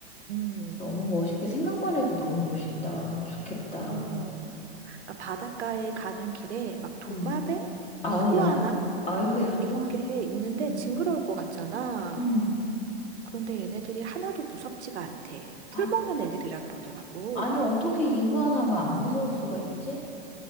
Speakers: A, on the right; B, on the left.
A: 음.
B: 너무 멋있게 생각만 해도 너무 멋있다. 좋겠다.
A: 오. 그러니까 바닷가에 가는 길에 막 도마뱀?
B: 응, 아우,
A: 이구아나?
B: 야.
A: 어,
B: 아이고야.
A: 이런 게 있는데
B: 응,
A: 징그러울 것 같잖아.
B: 응.
A: 그런데 얘네들이 하나도 무섭지가 않대.
B: 아,
A: 풀 먹는 애들이라 그러더라고.
B: 아니, 어떻게 이구아나가 안 무서울 수가 있지?